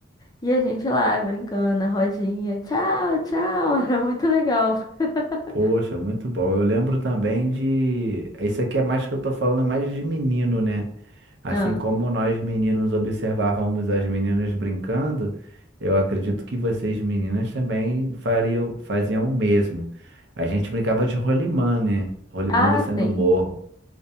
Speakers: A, on the left; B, on the right.
A: E a gente lá brincando, a rodinha, tchau, tchau, <laughs> era muito legal. <laughs>
B: Poxa, muito bom. Eu lembro também de. Isso aqui é mais que eu tô falando, é mais de menino, né? Assim
A: Ah,
B: como nós meninos observávamos as meninas brincando, eu acredito que vocês meninas também fariam, faziam o mesmo. A gente brincava de rolimã, né? Rolimã
A: ah,
B: descendo
A: sim.
B: o morro.